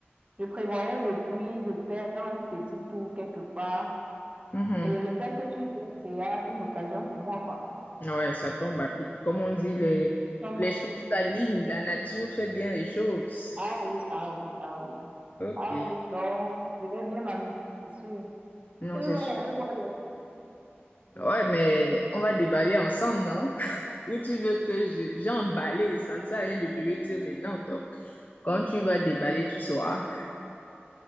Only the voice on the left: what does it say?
Mhm.
Ouais, ça tombe à pic. Comme on dit, les,
les
choses s'alignent, la nature fait bien les choses.
Ok,
non,
c'est
sûr.
Ouais, mais on va déballer ensemble, non? <laughs> Ou tu veux que je, j'emballe, ça ne sert à rien de te le dire maintenant. Donc, quand tu vas déballer, tu sauras.